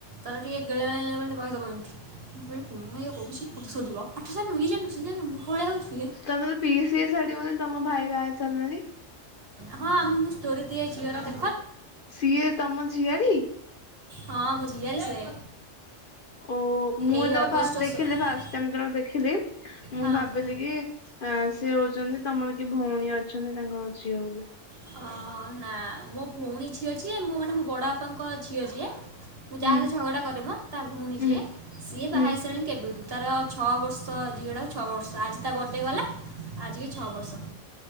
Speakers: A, on the right; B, on the left.
A: ତାର ଟିକେ ଗେବେଳେ କହିଦବ ଏମିତି ମୁ କହିବି କଣ ଇଏ କୋହୁଚି ମତେ ସୋଦିବ ପାଠ ଯାଣିନୁ ଇଏ ଯାଣିନୁ ସିଏ ଯାଣିନୁ ମୂର୍ଖ ଭଳିଆ ହୋଉଚୁ।
B: ତମେ ତ ପିସି ସାଡିବନି ତମ ଭାଇ ବାହାହେଇ ସାରିଲେଣି।
A: ହଁ ମୁ ଷ୍ଟୋରି ଦିଏ ଝିଅର ଦେ
B: ସିଏ ତମ ଝିଅରି।
A: ହଁ ମ ଝିୟାରି ସେ।
B: ଓ ମୁଁ
A: ଏଇ
B: ଯେତେବେଳେ
A: ଅଗଷ୍ଟ
B: ଫାଷ୍ଟ ଦେଖିଲି
A: ସ-
B: ଫାଷ୍ଟାଇ ଦେଖିଲି ମୁଁ
A: ହଁ
B: ଭାବିଲି କି ସେଏ ହଉଛନ୍ତି ତମର କି ଭଉଣୀ ଅଛନ୍ତି ତାଙ୍କର ଝିଅ ବୋଲି।
A: ଅ, ନା ମୋ ଭଉଣୀ ଝିଅ ଯିଏ ମୁଁ ମାନେ ମୋ ବଡ଼ ବାପାଙ୍କ ଝିଅ ଯେ ମୁଁ ଯାହା
B: ହୁଁ
A: ଝଗଡା କରେମ ତା ଭଉଣୀ
B: ହୁଁ
A: ଯିଏ ସିଏ ବାହା
B: ହୁଁ
A: ହେଇ ସାରିଲାଣି କେବେଠୁ। ତାର ଛଅ ବର୍ଷ ଝିଅଟା ଛଅ ବର୍ଷ ଆଜି ତା ବର୍ଥଡେ ଗଲା ଆଜିିକି ଛଅ ବର୍ଷ